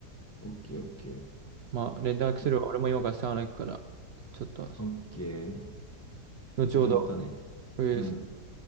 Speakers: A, on the left; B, on the right.
A: オッケー、オッケー。
B: まあ連絡すれば俺も今からサウナ行くから、
A: で
B: ちょっと、
A: オッケー。
B: 後ほど、
A: じゃあまたね。
B: お願いします
A: うん。